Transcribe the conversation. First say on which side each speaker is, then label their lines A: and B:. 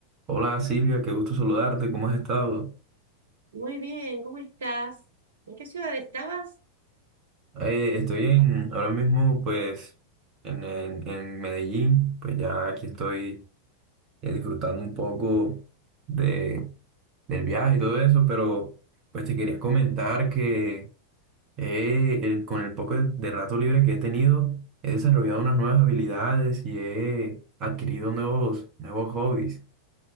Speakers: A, on the right; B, on the right.
A: Hola Silvia, qué gusto saludarte, ¿cómo has estado?
B: Muy bien, ¿cómo estás? ¿En qué ciudad estabas?
A: Eh, estoy en, ahora mismo pues en, en- en Medellín, pues ya aquí estoy eh, disfrutando un poco de, del viaje y todo eso, pero pues te quería comentar que eh, el- con el poco de rato libre que he tenido, he desarrollado unas nuevas habilidades y he adquirido nuevos, nuevos hobbies.